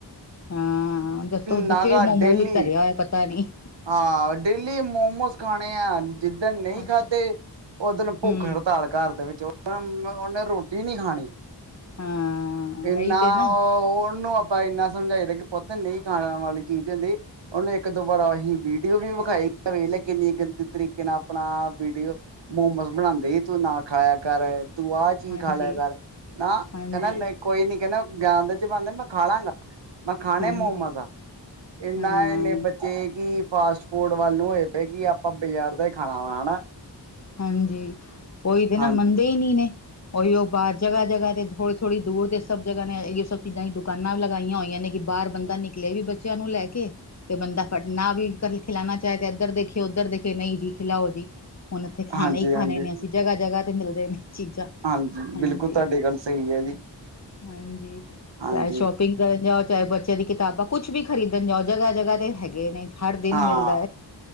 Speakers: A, on the left; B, on the right.
A: ਹੂੰ ਜਦ
B: ਨਾਗਾ
A: ਜਿਥੇ ਮੋਮੋ
B: ਡੇਲੀ
A: ਵੀ ਧਰਿਆ ਪਤਾ ਨੀ
B: ਹਾਂ, ਡੇਲੀ ਮੋਮੋਸ ਖਾਣੇ ਆ। ਜਿੱਦਣ ਨਹੀਂ
A: ਹਾਂਜੀ
B: ਖਾਧੇ ਓਦਣ ਭੁੱਖ
A: ਹਮ
B: ਹੜਤਾਲ ਘਰ ਦੇ ਵਿੱਚ ਹੋ ਉਨੇ ਰੋਟੀ ਨੀ ਖਾਣੀ
A: ਹਾਂ
B: ਇੰਨਾ
A: ਇਹੀ ਤੇ ਨਾ
B: ਉਹਨੂੰ ਆਪਾਂ ਇੰਨਾ ਸਮਜਾਏ ਦਾ ਕੇ ਪੁੱਤ ਨਈ ਖਾਣ ਵਾਲੀ ਚੀਜ਼ ਹੁੰਦੀ ਉਨੇ ਇੱਕ ਦੋਬਾਰ ਆਈ ਵੀਡੀਓ ਵੀ ਵਿਖਾਈ ਆ ਵੇਲੇ ਕਿੰਨੀ ਗੰਦ ਤਰੀਕ ਕੇਨਾ ਆਪਣਾ ਵੀਡੀਓ ਮੋਮੋਸ ਬਣਾਉਂਦੇ ਤੂੰ ਨਾ ਖਾਇਆ ਕਰ ਤੂੰ ਆ ਚੀ
A: ਹਾਂਜੀ
B: ਖਾ ਲੈ ਕਰ, ਨਾ
A: ਹਾਂਜੀ
B: ਕੇਂਦਾ ਨਈ ਕੋਈ ਨੀ ਕੇਂਦਾ ਗਿਆਂਦੇ 'ਚ ਪਾਂਦੇ ਮੈਂ ਖਾ ਲਾਂਗਾ। ਖਾਣੇ
A: ਹਾਂਜੀ
B: ਮੋਮੋਜ਼ ਆ, ਇੰਨਾ
A: ਹਾਂ
B: ਇਨੇ ਬੱਚੇ ਤੇ ਕੀ ਫਾਸਟ ਫੂਡ ਵੱਲ ਨੂੰ ਹੋਏ ਪਏ ਕਿ ਆਪਾਂ ਬਾਜ਼ਾਰ ਦਾ ਹੀ ਖਾਣਾ ਵਾ ਹੈਣਾ
A: ਹਾਂਜੀ, ਉਈ ਤੇ ਨਾ
B: ਹਾਂਜੀ
A: ਮੰਨਦੇ ਹੀ ਨੀ ਨੇ ਓਇਯੋ ਬਾਰ ਜਗ੍ਹਾ-ਜਗ੍ਹਾ ਤੇ ਥੋੜੀ-ਥੋੜੀ ਦੂਰ ਤੇ ਸਬ ਜਗਨੇ ਐਯੋ ਸਬ ਚੀਜਾਂ ਈ ਦੁਕਾਨਾਂ ਲਗਾਈਆਂ ਹੋਈਆਂ ਨੇ ਕਿ ਬਾਹਰ ਬੰਦਾ ਨਿਕਲੇ ਵੀ ਬੱਚਿਆਂ ਨੂੰ ਲੈ ਕੇ ਤੇ ਬੰਦਾ ਫੜਨਾ ਵੀ ਕਰ ਖਿਲਾਣਾ ਚਾਏ ਤੇ ਇਧਰ ਦੇਖੀਏ, ਉਧਰ ਦੇਖੇ ਨਈ ਜੀ ਖਿਲਾਓ ਜੀ। ਹੁਣ ਇੱਥੇ ਖਾਣੇ
B: ਹਾਂਜੀ
A: ਹੀ ਖਾਣੇ
B: ਹਾਂਜੀ
A: ਨੇ ਅਸੀਂ ਜਗ੍ਹਾ-ਜਗ੍ਹਾ ਤੇ ਮਿਲਦੇ ਨੇ ਚੀਜ਼ਾਂ
B: ਹਾਂਜੀ
A: ਹਾਂਜੀ,
B: ਬਿਲਕੁਲ ਤੁਹਾਡੀ ਗੱਲ ਸਹੀ ਹੈ ਜੀ
A: ਹਾਂਜੀ
B: ਹਾਂਜੀ
A: ਚਾਏ ਸ਼ੋਪਿੰਗ ਜਾਓ ਚਾਹੇ ਬੱਚਿਆਂ ਦੀ ਕਿਤਾਬਾਂ ਕੁਛ ਵੀ ਖਰੀਦਣ ਜਾਓ ਜਗ੍ਹਾ, ਜਗ੍ਹਾ ਤੇ ਹੈ। ਹੈਗੇ ਨੇ ਹਰ ਦਿਨ
B: ਹਾਂ
A: ਮਿਲਦਾ